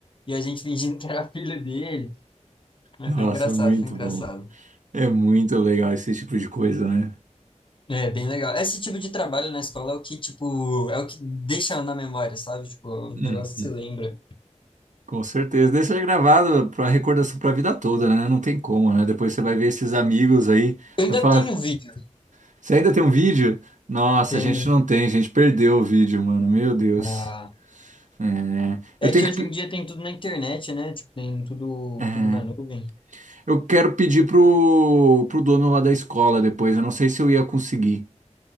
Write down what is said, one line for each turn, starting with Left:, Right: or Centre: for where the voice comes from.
Left: e a gente fingindo que era filho dele. Mas
Right: Nossa,
Left: foi engraçado,
Right: muito
Left: foi engraçado.
Right: bom. É muito legal esse tipo de coisa, né?
Left: É, bem legal. Esse tipo de trabalho na escola é o que, tipo, é o que deixa na memória, sabe? Tipo, é
Right: Hum,
Left: um negócio que você lembra.
Right: com certeza. Deixa gravado para recordação para a vida toda, né? Não tem como, né? Depois você vai ver esses amigos aí,
Left: Eu ainda
Right: vai falar,
Left: tenho vídeo.
Right: você ainda tem um vídeo? Nossa,
Left: Tenho.
Right: a gente não tem, a gente perdeu o vídeo, mano. Meu Deus.
Left: Ah,
Right: É, eu
Left: é
Right: tenho
Left: que
Right: que
Left: hoje
Right: pe-
Left: em dia tem tudo na internet, né? Tipo, tem tudo,
Right: é,
Left: tudo na nuvem.
Right: eu quero pedir pro pro dono lá da escola depois. Eu não sei se eu ia conseguir,